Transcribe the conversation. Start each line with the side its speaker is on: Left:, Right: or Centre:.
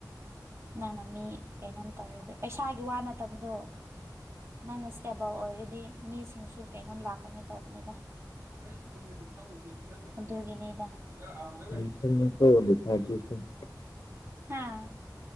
Right: ꯅꯪꯅ ꯃꯤ ꯀꯩꯅꯣꯝ ꯇꯧꯔꯗꯤ ꯄꯩꯁꯥꯒꯤ ꯋꯥ ꯅꯠꯇꯕꯗꯣ ꯅꯪꯅ ꯁ꯭ꯇꯦꯕꯜ ꯑꯣꯏꯔꯗꯤ ꯃꯤꯁꯤꯡꯁꯨ ꯀꯩꯅꯣꯝ ꯂꯥꯛꯀꯅꯦ ꯇꯧꯕꯅꯦꯗ ꯑꯩꯗꯤ ꯃꯨꯟꯅꯗꯤ ꯈꯪꯉꯣꯏ ꯀꯦꯝ ꯆꯠꯇ꯭ꯔꯥ ꯑꯗꯨꯒꯤꯅꯦꯗ ꯑꯣꯖ ꯑꯝ
Left: ꯌꯝ ꯈꯪꯉꯦꯀꯣ ꯃꯦꯊꯥ <unintelligible>
Right: ꯍꯥꯥ